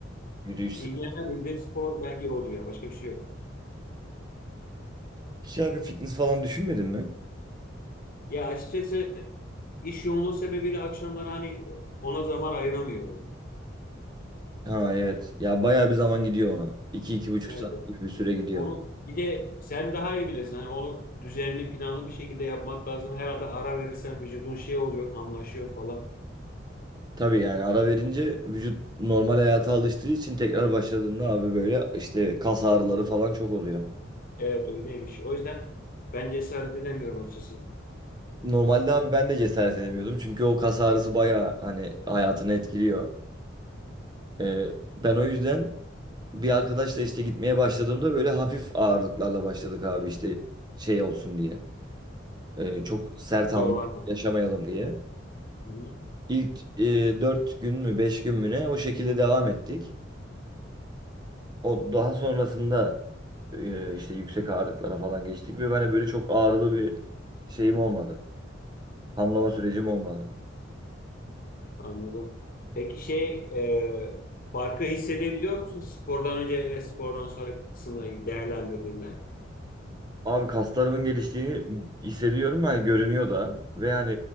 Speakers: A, on the right; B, on the left.
A: Yürüyüş
B: ilgilenebildiğim
A: spor.
B: spor belki odur ya. Başka bir şey yok.
A: Hiç abi fitness falan düşünmedin mi?
B: Ya açıkçası iş yoğunluğu sebebiyle akşamları hani ona zaman ayıramıyorum.
A: Ha evet. Ya bayağı bir zaman gidiyor ona. iki iki buçuk
B: Evet.
A: saat
B: evet.
A: gibi bir süre gidiyor.
B: Onu bir de sen daha iyi bilirsin. Hani onu düzenli, planlı bir şekilde yapmak lazım. Herhalde ara verirsen vücudun şey oluyor, hamlaşıyor falan.
A: Tabii yani ara verince vücut normal hayata alıştığı için tekrar başladığında abi böyle işte kas ağrıları falan çok oluyor.
B: Evet öyleymiş. O yüzden ben cesaret edemiyorum açıkçası.
A: Normalde abi ben de cesaret edemiyordum. Çünkü o kas ağrısı bayağı hani hayatını etkiliyor. Ee, ben o yüzden bir arkadaşla işte gitmeye başladığımda böyle hafif ağırlıklarla başladık abi işte şey olsun diye. Ee, çok sert hamle
B: Zorlanmadım.
A: yaşamayalım diye.
B: Hı hı,
A: İlk e, 4 gün mü 5 gün mü ne o şekilde devam ettik. O daha sonrasında e, işte yüksek ağırlıklara falan geçtik ve ben de böyle çok ağrılı bir şeyim olmadı. Hamlama sürecim olmadı.
B: anladım. Peki şey e, farkı hissedebiliyor musun spordan önce ve spordan sonra kısımla ilgili değerlendirdiğinde?
A: Abi kaslarımın geliştiğini hissediyorum yani görünüyor da ve hani